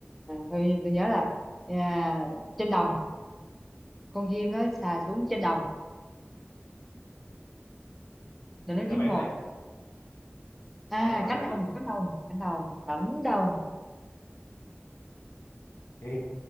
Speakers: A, in the centre; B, on the left.
A: tôi, tôi nhớ là à, trên đồng con chim nó xà xuống trên đồng để
B: vậy
A: nó
B: đáp
A: kiếm
B: án
A: mồi
B: lại
A: à
B: đáp án bà
A: cánh
B: lại
A: đồng
B: gì
A: cánh đồng cánh đồng cánh đồng
B: Ê,